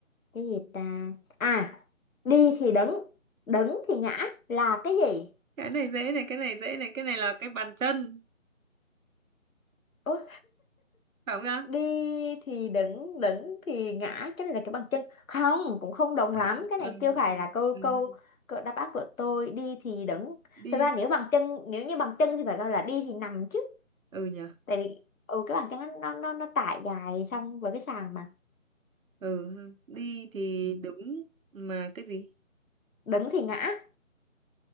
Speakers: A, on the left; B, on the right.
A: cái gì ta à đi thì đứng đứng thì ngã là cái gì
B: cái này dễ này, cái này dễ này, cái này là cái bàn chân,
A: Ôi
B: phải không nhá?
A: đi thì đứng đứng thì ngã cái này là cái bằng chân không cũng không đồng lắm
B: À,
A: cái
B: ừ,
A: này chưa
B: ừ,
A: phải
B: ừ.
A: là câu
B: ừ.
A: câu, câu đáp án của tôi đi thì đứng
B: Đi,
A: thực ra nếu bằng chân nếu như bằng chân thì phải gọi là đi thì nằm chứ
B: ừ nhỉ,
A: tại vì ừ cái bàn chân nó nó nó, nó trải dài xong với cái sàn mà
B: ừ, ha. đi thì
A: Ừ.
B: đứng mà cái gì?
A: đứng thì ngã